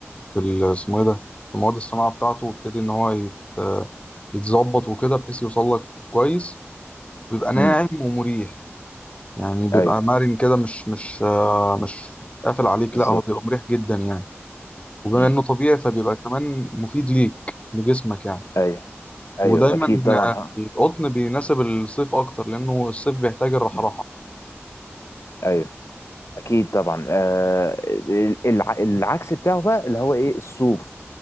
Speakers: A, on the left; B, on the left.
A: في ال اسمه إيه ده في مواد الصناعة بتاعته ويبتدي إن هو يت- آه، يتظبط وكده بحيث يوصل لك كويس وبيبقى ناعم
B: امم
A: ومريح يعني بيبقى
B: ايوه
A: مرن كده مش مش آه، مش قافل عليك
B: بالظبط
A: لا هو بيبقى مريح جدا يعني وبما
B: مم.
A: انه طبيعي فبيبقى كمان مفيد ليك لجسمك يعني
B: ايوه ايوه
A: ودايما
B: اكيد طبعا
A: آه،
B: ها
A: القطن بيناسب الصيف اكتر لانه الصيف بيحتاج الرحراحه
B: مم. ايوه اكيد طبعا آه الع... العكس بتاعه بقى اللي هو ايه الصوف